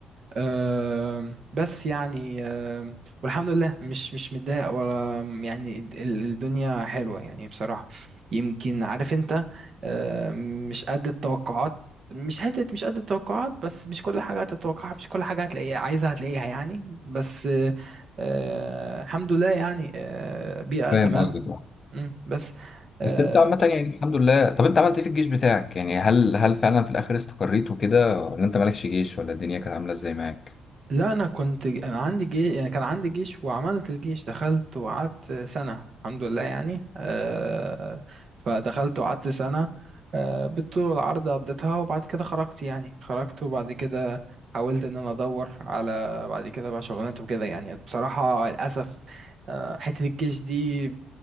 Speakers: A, on the right; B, on the left.
A: آم، بس يعني آم، والحمد لله مش مش متضايق ولا يعني ال- الدنيا حلوة يعني بصراحة يمكن عارف انت آم، مش قد التوقعات مش حتة مش قد التوقعات بس مش كل حاجة هتتوقعها مش كل حاجة هتلاقيها عايزها هتلاقيها يعني بس آه، آه، الحمد لله يعني آه، بيئة
B: فاهم
A: تمام
B: قصدك آه.
A: مم، بس آه،
B: بس انت عامه يعني الحمد لله طب انت عملت ايه في الجيش بتاعك يعني هل هل فعلا في الاخر استقريت وكده ولا انت مالكش جيش ولا الدنيا كانت عامله ازاي معاك
A: لا انا كنت عندي جيش يعني كان عندي جيش وعملت الجيش دخلت وقعدت سنة الحمد لله يعني آه، فدخلت وقعدت سنة آه، بالطول والعرض قضيتها وبعد كده خرجت يعني خرجت وبعد كده حاولت ان انا ادور على بعد كده بقى شغلانات وكده يعني بصراحة للاسف آه، حتة الجيش دي